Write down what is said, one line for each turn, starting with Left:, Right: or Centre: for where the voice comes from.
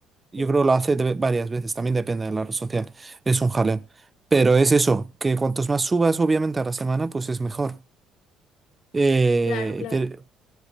Right: yo
Left: Sí.
Right: creo que lo hace de- varias veces, también depende de la red social. Es un jaleo. Pero es eso, que cuantos más subas, obviamente, a la semana, pues es mejor. Eh,
Left: Claro, claro,
Right: te-